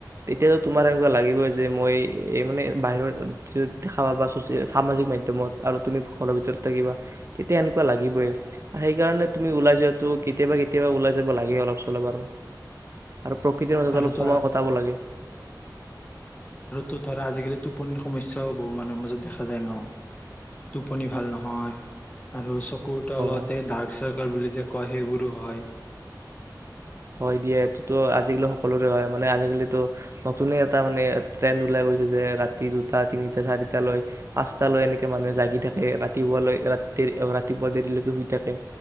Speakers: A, on the right; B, on the left.
A: তেতিয়াটো তোমাৰ এনেকুৱা লাগিবই যে মই এই মানে বাহিৰত দেখা সামাজিক মাধ্যমত আৰু তুমি ঘৰৰ ভিতৰত থাকিবা তেতিয়া এনেকুৱা লাগিবে সেইকাৰণে তুমি ওলাই যোৱাটো কেতিয়াবা কেতিয়াবা উলায়। লাগে অলপ চলে বাৰু আৰু প্ৰকৃতিৰ মাজত
B: আৰু
A: অলপ
B: তো
A: সময় কটাব লাগে
B: তো ধৰা আজিকালি টোপনিৰ সমস্যাও বহু মানুৰ মাজত দেখা যায় ন টোপনি ভাল নহয় হয় আৰু চকুৰ তলতে
A: অ
B: ডাৰ্ক চাৰ্ক বুলি যে কয় সেইবোৰো হয়
A: হয় দিয়া এইটোতো আজিকালি সকলোৰে হয় মানে আজিকালিতো নতুনে এটা মানে ট্ৰেইন ওলাই গৈছে যে ৰাতি দুটা তিনি চাৰিটা লৈ পাঁচটা লৈ এনেকে মানুহে জাগি থাকে ৰাতিপুৱালৈ ৰাতি ৰাতিপুৱা দেৰিলৈকে শুই থাকে